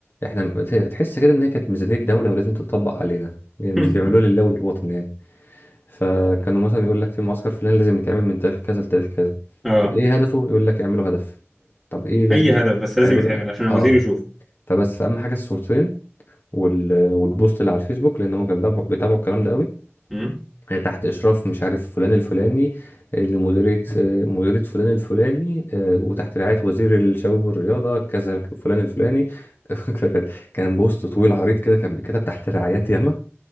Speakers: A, on the left; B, in the centre.
A: احنا تحس كده ان هي كانت ميزانية دولة ولازم تطبق علينا يعني مش
B: <laughs>
A: بيعملوها لله وللوطن يعني فكانوا مثلا يقول لك في معسكر فلاني لازم يتعمل من تاريخ كذا لتاريخ كذا
B: أه
A: طب ايه هدفه يقول لك اعملوا هدف طب ايه لازمته
B: أي هدف بس لازم
A: اعملوا
B: يتعمل عشان الوزير
A: اه
B: يشوف
A: فبس فاهم حاجة الصورتين وال... والبوست اللي على الفيسبوك لان هم كانوا بيتابعوا بيتابعوا الكلام ده قوي
B: أمم؟
A: آه، تحت إشراف مش عارف فلان الفلاني آه، لمديرية آه، مديرية فلان الفلاني آه، وتحت رعاية وزير الشباب والرياضة كذا فلان الفلاني <laughs> فكان كان بوست طويل عريض كده كان بيتكتب تحت رعايات ياما